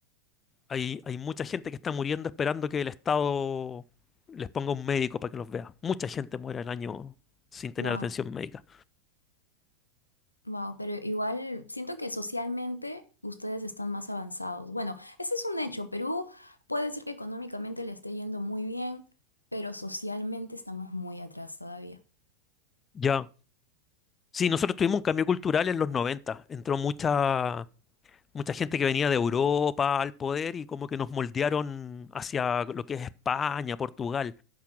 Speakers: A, on the left; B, on the left.
A: Hay, hay mucha gente que está muriendo esperando que el Estado les ponga un médico para que los vea. Mucha gente muere al año sin tener
B: wow,
A: atención médica.
B: wow. Pero igual siento que socialmente ustedes están más avanzados. Bueno, ese es un hecho. Perú puede ser que económicamente le esté yendo muy bien, pero socialmente estamos muy atrás todavía.
A: Ya. Sí, nosotros tuvimos un cambio cultural en los noventa Entró mucha, mucha gente que venía de Europa al poder y como que nos moldearon hacia lo que es España, Portugal.